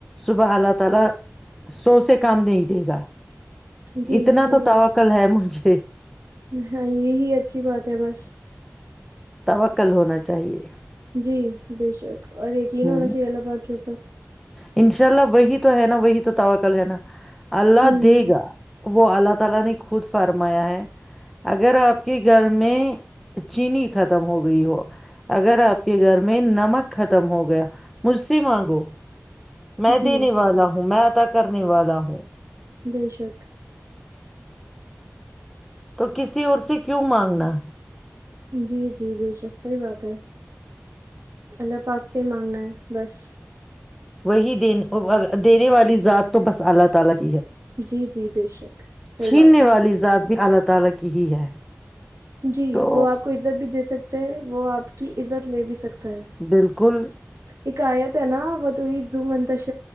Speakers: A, in the centre; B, on the right.
A: صبح اللہ تعالی سو سے کام نہیں دے گا
B: جی
A: اتنا
B: صحیح
A: تو
B: بات
A: توکل ہے مجھے
B: ہاں یہی اچھی بات ہے بس
A: توکل ہونا چاہیے
B: جی بے شک اور یقین
A: ہ
B: ہونا چاہیے اللہ بااک کے اوپر
A: انشاء اللہ وہی تو تو ہے نا وہی تو تو کل ہے نا اللہ
B: ہوں
A: دے گا وہ اللہ تعالی نے خود فرمایا ہے اگر آپ کے گھر میں چینی ختم ہو گئی ہو اگر آپ کے گھر میں نمک ختم ہو گیا مجھ سے مانگو میں
B: جی
A: دینے والا ہوں میں پت کرنے والا ہ
B: بے شک
A: تو کسی اور سے کیوں مانگنا
B: جی جی بے شک صحیح بات ہے اللہ پاک سے ہی مانگنا ہے بس
A: وہی د دینے والی ذات تو بس اللہ تعالی و
B: جی جی بے شک صحیح
A: چھیننے
B: بات ہے
A: والی ذات بھی اللہ تعالی کی ہی ہے
B: جی
A: تو
B: وہ آپ کو عزت بھی دے سکتے ہیں وہ آپ کی عزت لے بھی سکتے
A: بالکل
B: اکیت ہے نا وہ ت ز من ت